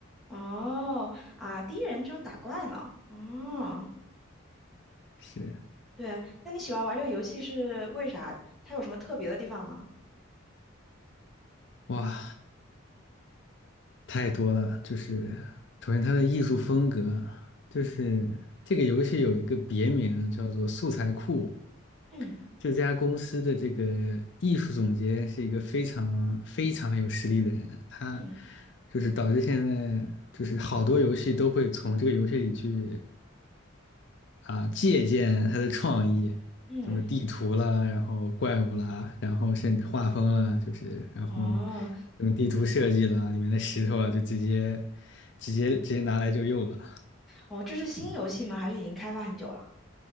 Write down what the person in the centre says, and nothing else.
哦啊，第一人称打怪呢？哦，
对，那你喜欢玩这个游戏是为啥？它有什么特别的地方吗？
嗯
嗯
嗯，
哦
哦，这是新游戏吗？还是已经开发很久了？